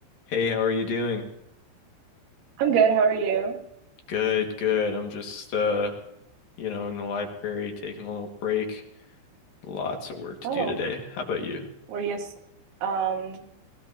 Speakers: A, on the left (about 55°); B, on the right (about 75°).
A: Hey, how are you doing?
B: I'm good. How are you?
A: Good, good. I'm just uh, you know, in the library taking a little break. Lots of work to
B: Oh,
A: do today. How about you?
B: we're just, um,